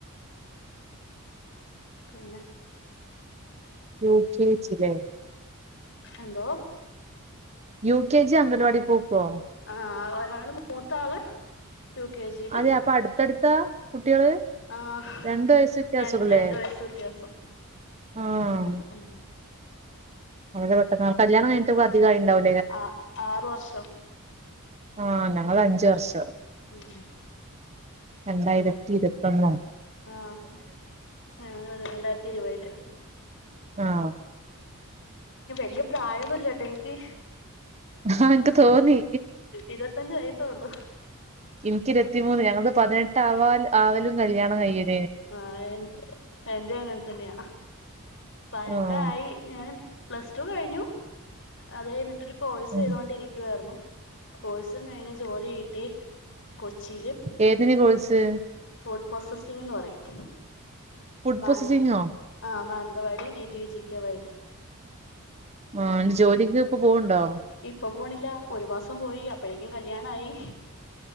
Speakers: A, on the left; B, on the right.
A: പിന്നെ?
B: യു കെ ജി ലെ?
A: എന്തോ
B: യു കെ ജി, അംഗൽവാടി പോക്കോ?
A: ആഹ് ഒരാള് മൂത്താള്. U K G.
B: അതെ അപ്പൊ അട്ത്തട്ത്താ കുട്ടികള്?
A: ആഹ്.
B: രണ്ട് വയസ്സ് വ്യത്യാസൊള്ളൂല്ലേ
A: ര രണ്ട് വയസ് വ്യത്യാസം.
B: ആഹ്
A: ഉം
B: വളരെ പെട്ടെന്നാ. കല്യാണം കയ്ഞ്ഞ്ട്ട് പ്പൊ അധികായീണ്ടാവൂ
A: ആ ആറ് വർഷം.
B: ആഹ് ഞങ്ങളഞ്ച് വർഷം.
A: ഉം
B: രണ്ടായിരത്തി ഇരുവത്തൊന്നോ?
A: ആഹ് ഞാനും അതെന്നെ രണ്ടായിരത്തി ഇരുവേല്.
B: ആഹ്
A: വല്യ പ്രായൊന്നുല്ലട്ടോ ഇൻക്ക്‌.
B: ആഹ് എൻക്ക്‌ തോന്നി.
A: ഇരുപത്തഞ്ച് വയസ്സേ ഉള്ളൂ
B: ഇൻക്കിരത്തിമൂന്ന് ഞങ്ങൾത് പതിനെട്ടാവാ ആവലും കല്യാണം കൈയ്യലും.
A: ആഹ് എ എന്റും അങ്ങൻ തന്ന്യാ പതിനട്ടായി.
B: ആഹ്
A: ഞാൻ പ്ലസ്ടു കഴിഞ്ഞു അത് കഴിഞ്ഞിട്ടൊരു കോഴ്സ്
B: ഉം
A: ചെയ്തൊണ്ടിരിക്കുവായിരുന്നു. കോഴ്സും കഴിഞ്ഞ് ജോലി കിട്ടി കൊച്ചിയില്.
B: ഏതെയ്നി കോഴ്സ്?
A: ഫുഡ് പ്രോസസ്സിംഗ്ന്ന് പറയും.
B: ഫുഡ്
A: മാന
B: പ്രോസസിങ്ങോ
A: ആഹ് Mananthavady D D G K വൈല്.
B: ആഹ് <unintelligible> ജോലിക്ക് പ്പൊ പോവ്ണ്ടോ?
A: ഇപ്പൊ പോണില്ല ഒരു മാസം പോയി അപ്പഴേക്കും കല്യാണായി.